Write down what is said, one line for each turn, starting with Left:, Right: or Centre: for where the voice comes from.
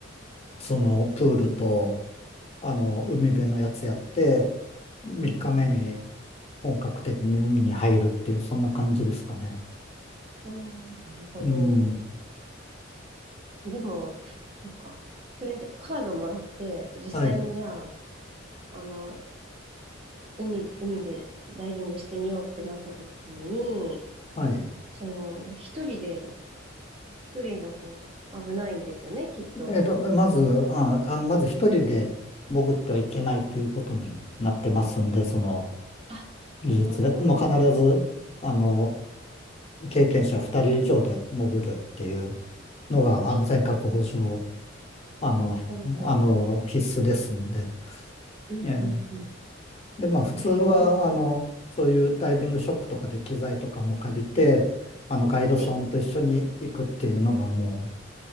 Left: その、プールと、あの、海辺のやつやって、三日目に
Right: うん。
Left: 本格的に海に入るっていう、そんな感じですかね。
Right: おー、なるほど。
Left: うん。
Right: でも、そっか。それ、カードもらって、実際にじゃあ、
Left: はい。
Right: あの、海、海でダイビングしてみようってなった時に、
Left: はい。
Right: その、一人で、一人だと危ないんですよね、きっと。
Left: えーっと、まず、あ、あの、まず一人で潜ってはいけないということになってますんで、その、
Right: あ、
Left: 技術で、
Right: なるほど。
Left: もう必ず、あの、経験者二人以上で潜るっていう、のが安全確保上、
Right: あ、
Left: あの、
Right: ほうほうほ
Left: あの、必須ですので。
Right: う。うんうんうん。
Left: ええで、まあ、普通は、
Right: へ
Left: あの、
Right: え、
Left: そういうダイビングショップとかで機材とかも借りて、あの、ガイドさんと一緒に行くっていうのがも
Right: はい。